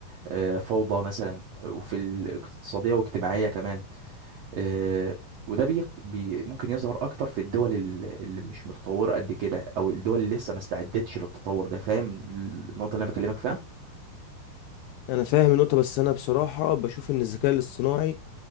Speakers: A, on the right; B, on the left.
A: آه، فوضى مثلا وفي الاقتصادية واجتماعية كمان آه، وده بي... بي... ممكن يظهر اكتر في الدول ال- اللي مش متطورة قد كده او الدول اللي لسه ما استعدتش للتطور ده فاهم النقطة اللي انا بكلمك فيها
B: انا فاهم النقطه بس انا بصراحه بشوف ان الذكاء الاصطناعي